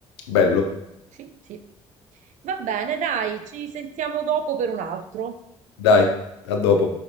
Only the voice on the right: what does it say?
Sì, sì. Va bene, dai, ci sentiamo dopo per un altro.